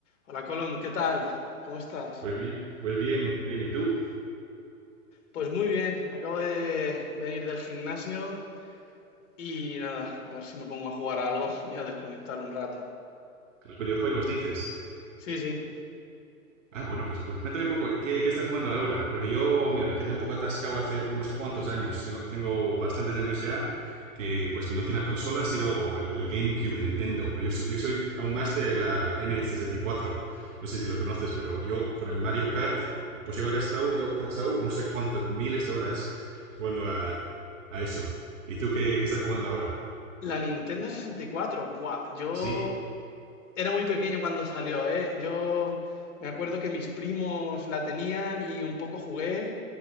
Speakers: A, on the left; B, on the right.
A: Hola Colón, ¿qué tal? ¿Cómo estás?
B: Pues bien, pues bien, bien. ¿Y tú?
A: Pues muy bien, acabo de venir del gimnasio y nada, a ver si me pongo a jugar a algo <laughs> y a desconectar un rato.
B: Los videojuegos dices.
A: Sí, sí.
B: Ah, bueno, pues, pues cuéntame un poco, ¿qué, qué estás jugando ahora? Porque yo, mira, me quedé un poco atascado hace unos cuantos años. Tengo, tengo bastantes años ya que, pues, mi última consola ha sido el, el GameCube de Nintendo. Pero yo, soy- yo soy aún más de la N64. No sé si lo conoces, pero yo con el Mario Kart, pues yo he gastado, yo he pasado no sé cuántas miles de horas jugando a, a eso. ¿Y tú qué, qué estás jugando ahora?
A: La Nintendo 64, buah, yo
B: Sí,
A: era muy pequeño cuando salió, ¿eh? Yo me acuerdo que mis primos la tenían y un poco jugué.